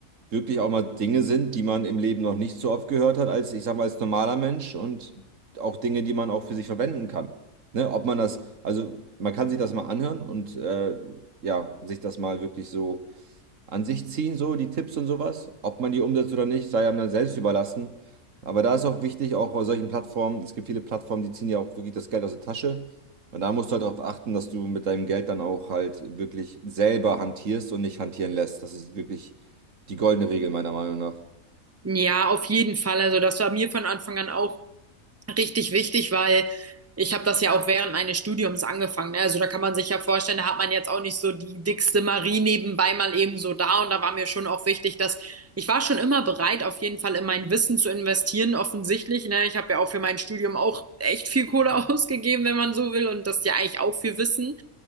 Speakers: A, on the right; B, on the right.
A: wirklich auch mal Dinge sind, die man im Leben noch nicht so oft gehört hat, als ich sag mal, als normaler Mensch und auch Dinge, die man auch für sich verwenden kann. Ne? Ob man das, also man kann sich das mal anhören und äh, ja, sich das mal wirklich so an sich ziehen, so die Tipps und sowas. Ob man die umsetzt oder nicht, sei einem dann selbst überlassen. Aber da ist auch wichtig, auch bei solchen Plattformen, es gibt viele Plattformen, die ziehen ja auch wirklich das Geld aus der Tasche. Und da musst du halt darauf achten, dass du mit deinem Geld dann auch halt wirklich selber hantierst und nicht hantieren lässt. Das ist wirklich die goldene Regel meiner Meinung nach.
B: Ja, auf jeden Fall. Also das war mir von Anfang an auch richtig wichtig, weil ich habe das ja auch während meines Studiums angefangen. Ne? Also da kann man sich ja vorstellen, da hat man jetzt auch nicht so die dickste Marie nebenbei mal eben so da. Und da war mir schon auch wichtig, dass ich war schon immer bereit, auf jeden Fall in mein Wissen zu investieren, offensichtlich. Ne? Ich habe ja auch für mein Studium auch echt viel Kohle <laughs> ausgegeben, wenn man so will. Und das ist ja eigentlich auch viel Wissen.